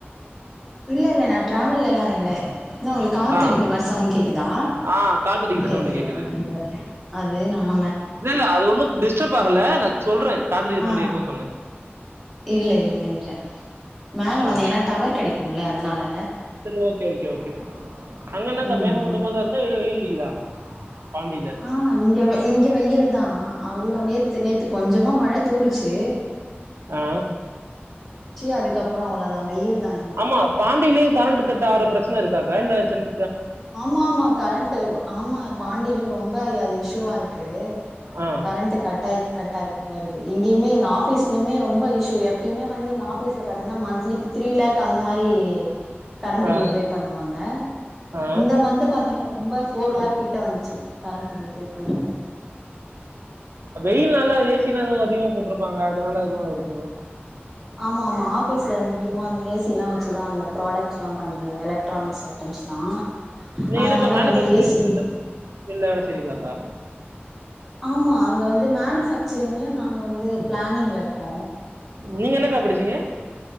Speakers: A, in the centre; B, on the right.
A: இல்ல இல்ல நா டிராவல்ல ல்லா இல்ல ன்னா உங்ளுக்கு காத்தடிக்ற
B: ஆ
A: மாரி சவுண்ட் கேக்குதா
B: ஆ காத்தடிக்கிற சவுண்ட்
A: எது
B: கேக்குது
A: <unintelligible> இல்ல அது நா மே
B: இல்ல இல்ல அது ஒன்னு டிஸ்டப் ஆகல நா சொல்றே காத்தடிக்கற
A: ஆ
B: சவுண்டு கேக்குது சொன்னே
A: இல்ல இல்ல இல்ல மேல
B: சேரி
A: வந்தே ஏன்னா டவர் கெடைக்கும்ல அதனால
B: சேரி ஓகே ஓகே ஓகே அங் என்னாக்கா
A: ம்
B: மேக மூட்டமா தா இருக்கா இல்ல வெயில் அடிக்குதா பாண்டியில
A: ஆ இங்க வெ இங்க வெயில் தா அவ்ளோ நேத்து நேத்து கொஞ்சமா மழ தூறு ச்சி
B: ஆ
A: அதுக்கப்புறோ அவ்ளோதாங்க வெயில் தா இங்க
B: ஆமா பாண்டியிலயு கரண்ட் கட்டாகுற பிரச்சன இருக் க்கா வேல சின்
A: ஆமா ஆமா கரண்ட் ஆமா பாண்டியிலு ரொம்ப ஐ அது இஷூவா இருக்கு
B: ஆ
A: கரண்ட் கட்டாய கட்டாயி தா வருது இங்கேயுமே எங்க ஆபீஸ்லயுமே ரொ ரொம்ப இஷ்யூ எப்பியுமே வந்து எங்க ஆபீஸ்ல பாத்தீனா மந்த்லிக்கு த்ரீ லேக் அந்த மாரி கரண்ட்
B: ஆ
A: பில் பே பண்ணுவாங்க
B: ஆ
A: இந்த மந்த் பாத்தீங்கன்னா ரொம்ப ஃபோர் லேக் கிட்ட வந்த்ச்சு கரண்ட் பில் பே பண்றதே
B: வெயில் நாளல ஏ சிலா எதுவு அதிகமா போட்டிருப்பாங்க அதனால எதுவு ஆய்ருக்குமோ
A: ஆமா ஆமா ஆஃபீஸ்லந் முக்கியமா அந்த ஏசி எல்லா வச்சுதா அந்த ப்ராடக்ட்ஸ்லா பண்ற எலக்ட்ரானிக்ஸ் ஐட்டம்ஸ்லா
B: நீ
A: அதனால
B: என்னக்கா மேனிபேக்சரில
A: வந்து ஏசி
B: பன்ற ஃபீல்ல வேல செய்றீங்களாக்கா
A: ஆமா அங்க வந்து மேனிபேக்ச்ரிங்ல நாங்க வந்து பிளானிங்லருக்கோ
B: நீங்க என்னக்கா படிச்சீங்க